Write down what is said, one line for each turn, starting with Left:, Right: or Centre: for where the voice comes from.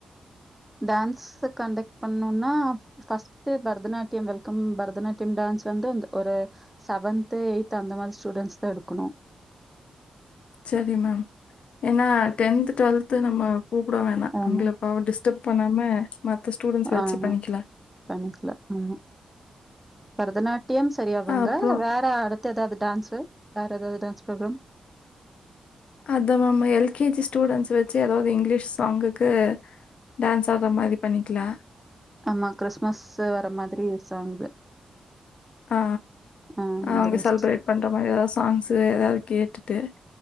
Centre: டேன்ஸு கண்டக்ட் பண்ணோண்னா first Bharatanatyam welcome Bharatanatyam dance வந்து ஒரு செவன்த் எயி்த் அந்த மாதிரி ஸ்டூடென்ஸ் தா எடுக்குணு
Left: சேரி மேம் ஏன்னா டென்த்து ட்வெல்த்து நா மா கூப்புட வேணா
Centre: ஆமா.
Left: அவங்ள‌ பாவம் டிஸ்டர்ப் பண்ணாம மத்த ஸ்டூடண்ட்ஸ் வச்சு
Centre: ஆ ஆ
Left: பண்ணிக்கலாம்.
Centre: பண்ணிக்கிலா ம் ம் பருதநாட் டியம் செரி அவங்க
Left: அப்புறம்
Centre: வேற அடுத் த்த ஏதாவது டேன்ஸு வேற ஏதாவது டேன்ஸ் ப்ரோக்ரம்
Left: அதா ma'am L K G students வெச்சி ஏதாவது இங்கிலீஷ் சாங்குக்கு டேன்ஸ் ஆட்ற மாரி பண்ணிக்கிலா
Centre: ஆமா கிறிஸ்மஸு வர மாதிரி சாங்கு
Left: ஆ
Centre: ஆ அந்த
Left: அவுங்க
Centre: பெஸ்ட்.
Left: செல்ப்பேர்ட் பண்ற மாரி எதாவ்து சாங்ஸ்சு எதாவ் கேடுட்டு